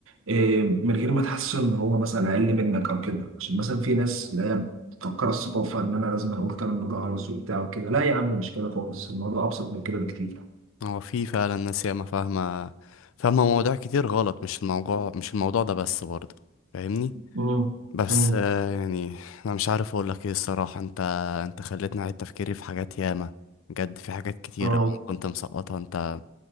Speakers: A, on the right; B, on the left.
A: إيه، من غير ما تحس إن هو مثلا أقل منك أو كده عشان مثلا في ناس اللي هي بتفكر الثقافة إن أنا لازم أقول كلام بجعلص وبتاع وكده لا يا عم مش كده خالص الموضوع أبسط من كده بكتير
B: هو في فعلا ناس ياما فاهمة فاهمة مواضيع كتير غلط مش الموضوع مش الموضوع ده بس برضه فاهمني
A: مم.
B: بس
A: مم.
B: آه يعني انا مش عارف اقول لك ايه الصراحة انت انت خليتني اعيد تفكيري في حاجات ياما بجد في حاجات كتير
A: اه
B: أوي أنا كنت مسقطها انت